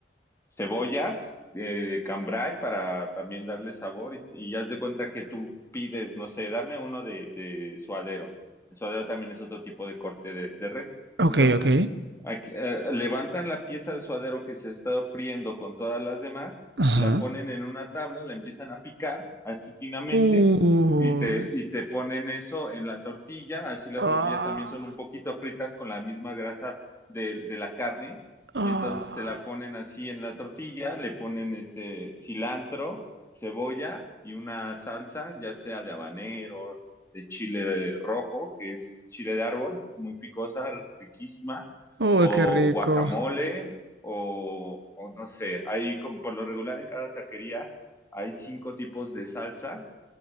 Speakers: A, on the left; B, on the right.
A: cebollas de cambray para también darle sabor y, y haz de cuenta que tú pides, no sé, dame uno de, de suadero. El suadero también es otro tipo de corte de, de res.
B: Ok,
A: Entonces,
B: ok.
A: aquí, eh, levantan la pieza de suadero que se ha estado friendo con todas las demás,
B: Ajá.
A: la ponen en una tabla, la empiezan a picar así finamente.
B: Uh.
A: Y te, y te ponen eso en la tortilla, así las
B: Ah.
A: tortillas también son un poquito fritas con la misma grasa de de la carne,
B: Ah.
A: y entonces te la ponen así en la tortilla, le ponen este cilantro, cebolla y una salsa, ya sea de habanero, de chile rojo, que es este chile de árbol, muy picosa, riquísima,
B: Uy,
A: o
B: qué rico.
A: guacamole, o, o no sé, hay como por lo regular en cada taquería hay cinco tipos de salsas